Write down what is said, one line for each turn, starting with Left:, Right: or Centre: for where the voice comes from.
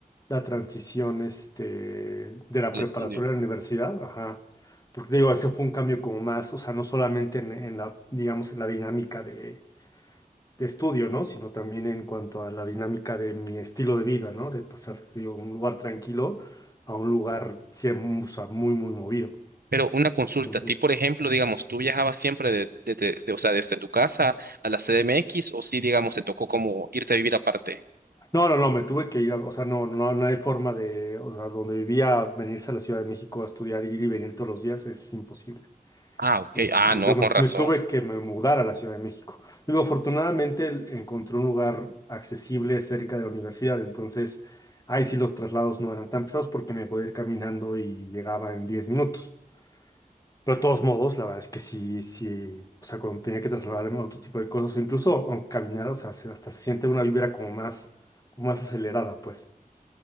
Left: la transición este, de la
Right: al
Left: preparatoria
Right: estudio.
Left: a la universidad, ajá. Porque digo, ese fue un cambio como más, o sea, no solamente en, en la, digamos, en la dinámica de, de estudio, ¿no? Sino también en cuanto a la dinámica de mi estilo de vida, ¿no? De pasar, digo, un lugar tranquilo a un lugar, siem- o sea, muy, muy movido.
Right: Pero una consulta,
Left: Entonces,
Right: a ti, por ejemplo, digamos, ¿tú viajabas siempre de, de- de- de- o sea, desde tu casa a la CDMX o sí, digamos, te tocó como irte a vivir aparte?
Left: no, no, no, me tuve que ir, a- o sea, no, no, no hay forma de, o sea, donde vivía, venirse a la Ciudad de México a estudiar, ir y venir todos los días es imposible.
Right: Ah, ok.
Left: Este,
Right: Ah, no,
Left: yo me,
Right: con razón.
Left: me tuve que me mudar a la Ciudad de México. Digo, afortunadamente el- encontré un lugar accesible cerca de la universidad, entonces ahí sí los traslados no eran tan pesados porque me podía ir caminando y llegaba en 10 minutos. Pero de todos modos, la verdad es que sí, sí, o sea, cuando tenía que trasladarme a otro tipo de cosas, o incluso aunque caminar, o sea, se- hasta se siente una vibra como más, como más acelerada, pues.